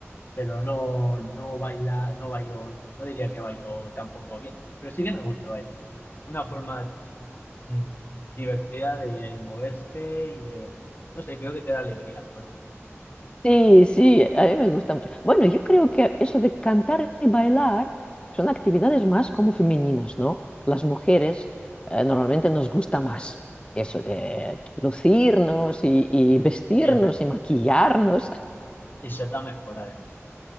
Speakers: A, on the left; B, on the left.
A: Pero no, no baila, no bailo, no diría que bailo tampoco bien. Pero sí que me gusta bailar. Una forma mm, divertida de moverse y de, no sé, creo que te da alegría al cuerpo.
B: Sí,
A: Sí,
B: sí, a mí me gusta mucho. Bueno, yo creo que eso de cantar y bailar son actividades más como femeninas, ¿no? Las mujeres eh, normalmente nos gusta más eso de lucirnos y, y vestirnos
A: sí, es verdad.
B: y maquillarnos.
A: Y ser mejora de además.